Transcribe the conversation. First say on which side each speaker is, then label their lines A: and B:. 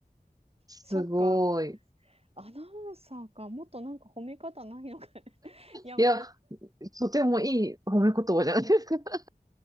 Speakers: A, on the right; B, on the right.
A: すごい。
B: そっか、アナウンサーか、もっとなんか褒め方ないのかねいや、
A: いや、
B: <laughs>
A: とてもいい褒め言葉じゃないですか。